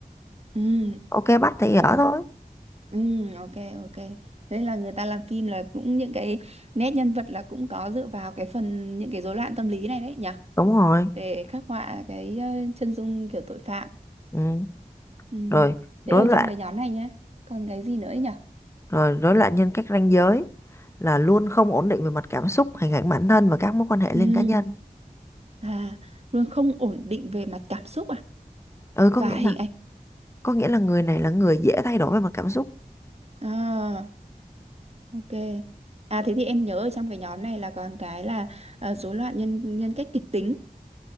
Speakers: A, on the right (about 45°); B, on the left (about 20°).
A: Ừ.
B: ok bắt thì
A: rồi
B: ở thôi
A: Ừ, ok ok thế là người ta làm phim là cũng những cái nét nhân vật là cũng có dựa vào cái phần những cái rối loạn tâm lý này đấy nhỉ
B: đúng rồi
A: để khắc họa cái ờ, chân dung kiểu tội phạm
B: ừ.
A: ừ.
B: rồi
A: thế
B: rối
A: ở
B: loạn
A: trong cái nhóm này nhá còn cái gì nữa nhỉ
B: rồi rối loạn nhân cách ranh giới là luôn không ổn định về mặt cảm xúc hình ảnh bản thân và các mối quan hệ
A: ừ.
B: liên cá nhân
A: à luôn không ổn định về mặt cảm xúc à
B: ừ có
A: và
B: nghĩa
A: hình
B: là
A: ảnh
B: có nghĩa là người này là người dễ thay đổi về mặt cảm xúc
A: à ok à thế thì em nhớ ở trong cái nhóm này là còn cái là ờ, rối loạn nhân nhân cách kịch tính